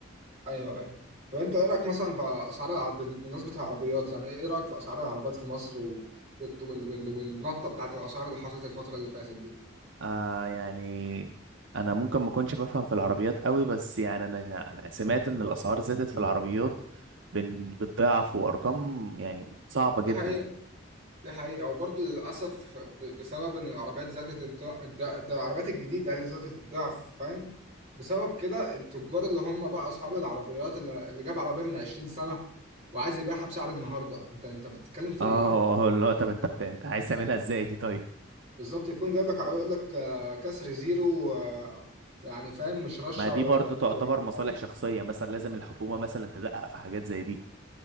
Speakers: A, on the right; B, on the right.
A: أيوه أيوه طب أنت إيه رأيك مثلا في أسعار العرب بالنسبة للعربيات يعني إيه رأيك في أسعار العربيات في مصر و... والت- وال... وال... والنطة بتاعت الأسعار اللي حصلت الفترة اللي فاتت دي
B: آه يعني انا ممكن ما اكونش بفهم في العربيات قوي بس يعني انا سمعت ان الاسعار زادت في العربيات بال- بالضعف وارقام يعني صعبه جدا
A: دي حقيقة دي حقيقة وبرضه للأسف ب... بسبب إن العربيات زادت الضعف الد... ده العربيات الجديدة اللي زادت الضعف فاهم بسبب كده التجار اللي هم بقى أصحاب العربيات اللي, اللي جاب عربية من 20 سنة وعايز يبيعها بسعر النهاردة أنت أنت بتتكلم في
B: اه
A: إيه؟
B: لا طب انت بت- انت عايز تعملها ازاي دي طيب
A: بالظبط يكون جايب لك عربية يقول لك آه، كسر زيرو آه، يعني فاهم مش رشة
B: ما دي
A: ولا
B: برضو
A: ده
B: تعتبر
A: ولا بتاع.
B: مصالح شخصية مثلا لازم الحكومة مثلا تدقق في حاجات زي دي